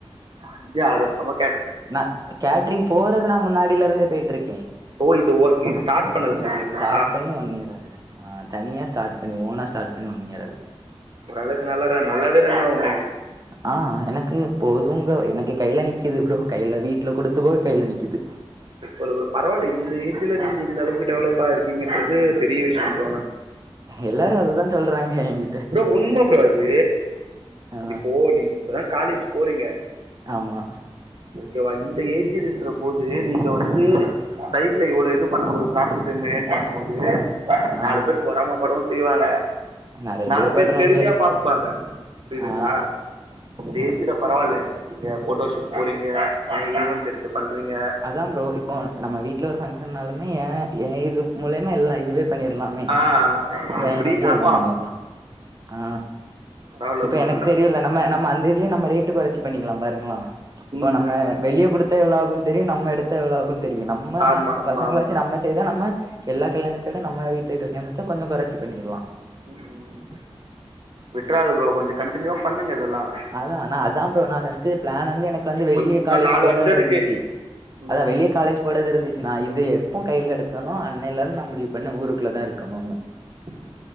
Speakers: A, on the right (about 55°); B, on the right (about 35°).
A: அஞ்சு ஆறு வருஷமா
B: நா கேட்ரிங் போறது நா முன்னாடில இருந்தே போயிட்டு இருக்கேன்
A: ஓ இது ஒர்க் ஸ்டார்ட் பண்ணது சொல்றீங்ளா
B: ஸ்டார்ட் பண்ணி ஒன் இயர் ஆகுது ஆ தனியா ஸ்டார்ட் பண்ணி ஓனா ஸ்டார்ட் பண்ணி ஒன் இயர் ஆகுது
A: ஒரளவுக்கு நல்லா நல்லாவே ரன் ஆகுமே
B: ஆ எனக்கு போதுங்க எனக்கு கையில நிக்குது ப்ரோ கையில வீட்ல குடுத்து போ கையில நிக்குது
A: ஒரு ஒரு பரவாயில்ல இந்த ஏஜ்ல நீங்க இந்த அளவுக்கு டெவலப்பா இருக்கீங்கன்றது பெரிய விஷ்யம் ப்ரோ ஆனா
B: எல்லாரு அதான் சொல்றாங்க எங்
A: ப்ரோ உண்ம ப்ரோ அது
B: ஆ
A: இப்போ நீங்க இப்பதான் காலேஜ் போறீங்க
B: ஆமா
A: ஓகேவா இந்த ஏஜில்ன்ற போது நீங்க வந்து சைட்ல இவ்ளோ இது பண்ணும்போது ப்ராஃபிட் என்ன ஏன் பண்ணும்போது
B: ஆ
A: நாலு பேர் பொறாம படவு செய்வாங்க
B: நெறைய
A: நாலு பேர்
B: படுறாய்ங்க
A: பெருமையா பாக்குப்பாங்க புரியுதுங்களா
B: ஆ
A: இந்த ஏஜ்ல பரவாயில்லா நீங்க போட்டோஷூட் போறீங்க ஈவென்ட் எடுத்து பண்றீங்க
B: அதான் ப்ரோ இப்போ நம்ம வீட்ல ஒரு ஃபங்க்ஷன்நாலுமே ஏ ஏன் இது மூலயமா எல்லாம் இதுவுமே பண்ணிடலாம் ம்
A: ஆ அப்டின்னு
B: என் இவெண்டலயே
A: ஆமா
B: எல்லாம் பண்ணிரலாம் ஆ
A: பரவால்ல
B: இப்ப
A: ப்ரோ
B: எனக்கு
A: நல்லா
B: தெரியுலா நம்ம நம்ம அந்த இதுல நம்ம ரேட்டு குறச்சி பண்ணிக்கலாம் பாருங்களாம் இப்போ
A: ம்
B: நம்ம
A: ம்
B: வெளியே கொடுத்த எவ்ளோ ஆகுன் தெரியும் நம்ம எடுத்தா எவ்வளவு அகும் தெரியும் நம்ம
A: ஆமா ஆமா
B: பசங்களாச்சு
A: ஆமா
B: நம்ம செய்தா நம்ம எல்லா கல்யாணத்த விட நம்ம வீட்டு கல்யாணத்த கொஞ்ஜோம் குறச்சி பண்ணிடலாம்
A: ம் விட்றுத ஃபரோ கொஞ்ஜோம் கண்டடினியூவா பண்ணுங்க இதெல்லாம்
B: அதான் நா அதான் ஃபரோ நான் பஸ்ட்டு பிளான் வந்து எனக்கு வந்து
A: உங்களுக்கு
B: வெளியே
A: உன்னு
B: காலேஜ்
A: நாலு
B: போண்ணும்ன்னனு
A: வருஷோ இருக்கு
B: இருந்துச்சு
A: ம்
B: அதான் வெளிய
A: ம்
B: காலேஜ் கூடது இருந்துச்சுனா இது எப்போ கையில எடுத்தனோ அன்னையில் இருந்து நா முடிவு பண்ணன் நான் ஊருக்குள்ள தான் இருக்கணும்னு
A: <inaudible>